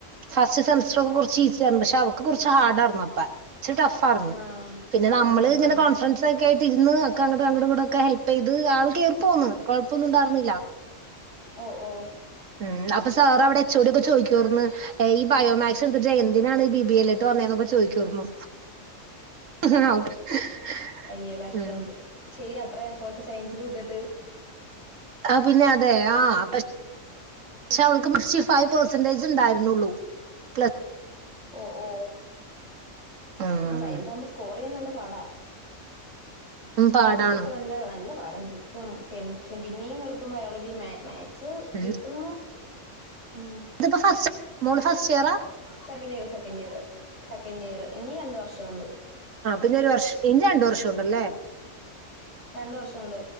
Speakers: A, on the right (about 70°); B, on the left (about 60°).
A: ഫസ്റ്റ് സെമസറ്റ്ക്കേ കൊറാ ച്ച് ഈസിയാർന്നു പക്ഷെ അവൾക്ക് കൊറച്ച് ഹാർഡാർന്നു അപ്പെ ഇച്ചിരി ടാഫാർന്ന്
B: ആഹ്
A: പിന്നെ നമ്മള്
B: ആഹാ
A: ഇങ്ങനെ കൊ ഫ്രണ്ട്സ ഒക്കെ ആയിട്ട് ഇര്ന്ന് ഒക്കെ അങ്ങട്ട് ഇങ്ങട്ട് ഒക്കെ ഹെൽപ്പ് ചെയ്ത് ആള് കേയറി പോന്ന് കൊഴപ്പൊന്നും ഇണ്ടാരുന്നില്ലാ
B: ഓ ഓ
A: ഉം അപ്പൊ സാർ അവടെ എച്ചേടിക്കെ ചോയിക്ക്യാർന്ന് ഈ ബയോമാക്സ് എട്ത്തിട്ട് എന്തിനാണ് ബി ബി അല്ല്ലോട്ട് വന്നേതന്നൊക്കേ ചോദിക്കാറ്ന്നു <unintelligible>
B: അയ്യോ കഷ്ടം
A: ഉം
B: ഒണ്ട് ശെരി അത്ര എഫേർട്ട് സയൻസില് ഇട്ടിട്ട്
A: ആഹ് പിന്നെ അതെ ആഹ് അ പക്ഷെ അവൾക്ക് സിക്സ്റ്റി ഫൈവ് പെർസെന്റേജ് ഒണ്ടായിര്ന്നോള്ളൂ പ്ല
B: ഓ ഓ
A: ഉം
B: ആഹ് സയാൻസ് ആവ്മ്പോ സ്കോർ ചെയ്യാൻ നല്ല പാടാ
A: ഉം,
B: <unintelligible>
A: പാടാണ്
B: നല്ല പാടാ <unintelligible> കെമിസ്ട്രിയും പിന്നെയും എള്പ്പം ബായോ ജിയും മാകസ്
A: ഉം
B: കിട്ട്ന്നോർക്ക് ഉം
A: ഇതിപ്പോ ഫസ്റ്റ് മോള് ഫസ്റ്റ് ഇയറാ
B: second year second year second year ഇനി രണ്ട് വർഷോണ്ട്
A: ആഹാ പിന്നെ ഒര് വർഷം ഇനി രണ്ട് വർഷം ഉണ്ടാല്ലോ
B: രണ്ട് വർഷോണ്ട്